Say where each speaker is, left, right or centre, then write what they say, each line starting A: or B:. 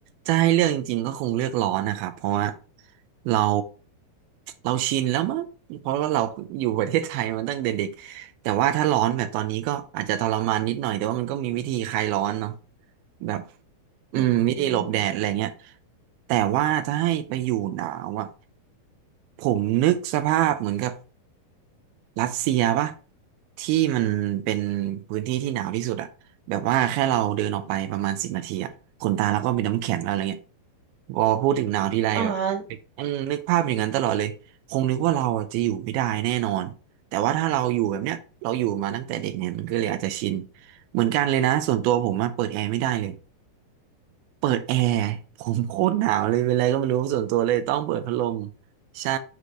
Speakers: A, on the right (about 80°); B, on the right (about 60°).
A: จะให้เลือกจริงๆก็คงเลือกร้อนนะครับเพราะว่าเราเราชินแล้วมั้งเพราะว่าเราอยู่ประเทศไทยมาตั้งแต่เด็กแต่ว่าถ้าร้อนแบบตอนนี้ก็อาจจะทรมานนิดหน่อยแต่ว่ามันก็มีวิธีคลายร้อนเนาะแบบอืมวิธีหลบแดดอะไรเงี้ย
B: อืมอม
A: แต่ว่าถ้าให้ไปอยู่หนาวอะผมนึกสภาพเหมือนกับ รัสเซียปะที่มันเป็นพื้นที่ที่หนาวที่สุดอะแบบว่าแค่เราเดินออกไปประมาณสิบนาทีอะขนตาแล้วก็มีน้ำแข็งแล้วอะไรเงี้ยพอพูดถึงหนาวทีไรแบบ
B: อ่า
A: อืมนึกภาพอย่างนั้นตลอดเลยคงนึกว่าเราอะจะอยู่ไม่ได้แน่นอนแต่ว่าถ้าเราอยู่แบบเนี้ยเราอยู่มาตั้งแต่เด็กเนี่ยมันก็เลยอาจจะชินเหมือนกันเลยนะส่วนตัวผมอะเปิดแอร์ไม่ได้เลยเปิดแอร์ผมโคตรหนาวเลยเป็นไรก็ไม่รู้ส่วนตัวเลยต้องเปิดพัดลมใช่